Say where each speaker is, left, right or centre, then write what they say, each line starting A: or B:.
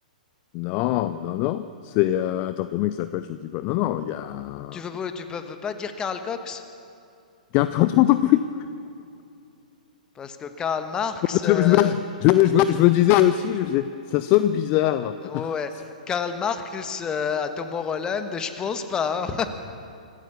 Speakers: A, on the left; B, on the left.
A: Non, non, non. C'est euh, un temporomie qui s'appelle, je ne dis pas. Non, non, il y a.
B: Tu veux, tu peux veux pas dire Karl Cox,
A: Garde quand tu m'entends plus.
B: parce que Karl Marx,
A: Je,
B: euh,
A: je me, je me- je me- je me disais aussi, je me disais, ça sonne bizarre.
B: ouais,
A: <laughs>
B: ouais. Karl Marx euh, à Tom Holland, je pense pas. hein.